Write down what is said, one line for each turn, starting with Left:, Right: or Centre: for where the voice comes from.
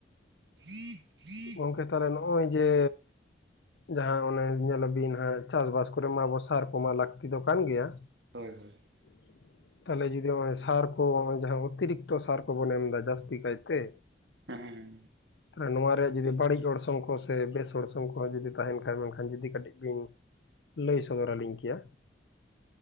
Right: <unintelligible>
Left: ᱜᱚᱢᱠᱮ ᱛᱟᱦᱚᱞᱮ ᱱᱚᱜ-ᱚᱭ ᱡᱮ ᱡᱟᱦᱟᱸ ᱚᱱᱮ ᱧᱮᱞ ᱟᱵᱤᱱ ᱦᱟᱜ ᱪᱟᱥᱵᱟᱥ ᱠᱚᱨᱮ ᱢᱟ ᱟᱵᱚ ᱥᱟᱨ ᱠᱚᱢᱟ ᱞᱟᱹᱠᱛᱤ ᱫᱚ ᱠᱟᱱ ᱜᱮᱭᱟ
Right: ᱦᱳᱭ ᱦᱳᱭ
Left: <unintelligible> ᱛᱟᱦᱚᱞᱮ ᱡᱩᱫᱤ ᱦᱚᱜ-ᱚᱭ ᱥᱟᱨ ᱠᱚ ᱡᱟᱦᱟᱸ ᱚᱛᱤᱨᱤᱠᱛᱚ ᱥᱟᱨ ᱠᱚᱵᱚᱱ ᱮᱢ ᱮᱢᱫᱟ ᱡᱟᱥᱛᱤ ᱠᱟᱭᱛᱮ
Right: ᱦᱮᱸᱻ
Left: ᱛᱟᱦᱮ ᱱᱚᱣᱟ ᱨᱮ, ᱡᱩᱫᱤ ᱵᱟᱹᱲᱤᱡ ᱚᱲᱥᱚᱝ ᱠᱚ ᱥᱮ ᱵᱮᱥ ᱚᱲᱥᱚᱝ ᱠᱚ ᱡᱩᱫᱤ ᱛᱟᱦᱮᱱ ᱠᱷᱟᱱ ᱢᱮᱱᱠᱷᱟᱱ ᱡᱩᱫᱤ ᱠᱟᱹᱴᱤᱡ ᱵᱤᱱ ᱞᱟᱹᱭ ᱥᱚᱫᱚᱨᱟᱞᱤᱧ ᱠᱮᱭᱟ